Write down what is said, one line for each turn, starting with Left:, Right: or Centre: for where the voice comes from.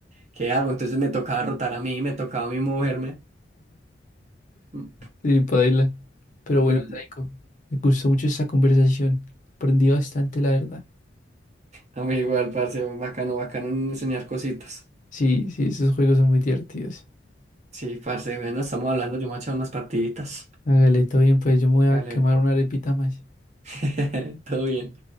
Right: ¿qué hago? Entonces me tocaba rotar a mí, me tocaba a mí moverme. Mm,
Left: Sí, paila. Pero
Right: Muy,
Left: bueno, Saiko, me gustó mucho esta conversación, aprendí bastante, la verdad.
Right: a mí igual, parce, bacano, bacano enseñar cositas.
Left: Sí, sí, esos juegos son muy divertidos.
Right: Sí, parce, bueno, estamos hablando, yo me voy a echar unas partiditas.
Left: Hágale, todo bien, pues yo me voy a
Right: Vale,
Left: quemar una arepita más.
Right: <laughs> todo bien.